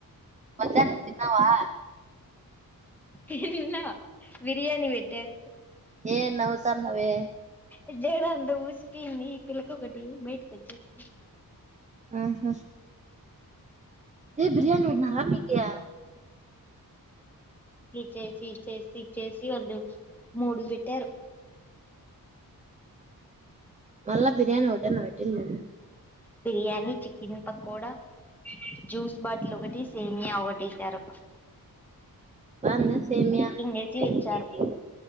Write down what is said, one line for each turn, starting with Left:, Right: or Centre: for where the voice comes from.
Right: మధ్యాహ్నం తిన్నావా
Centre: తిన్నా బిర్యానీ పెట్టారు
Right: ఏ నవ్వుత్తాన్నవే
Centre: ఇ జెలు అంటూ పుస్ <unintelligible> ఒకటి బయటకి వచ్చేసి
Right: ఆహా ఏ బిర్యానీ పెట్టినరా మీకీ ఆ
Centre: చేచి చేసి చ్చేసి వాళ్ళు మూడుకి వెట్టారు
Right: మళ్ళ బిర్యాని ఒకటేనా వెట్టిండేది
Centre: biryani, chicken pakoda, juice bottle, ఒకటి సేమియా ఒకటిచ్చారు.
Right: బాగుందా సేమ్యా
Centre: చేసి
Right: మ్మ్
Centre: ఇచ్చారు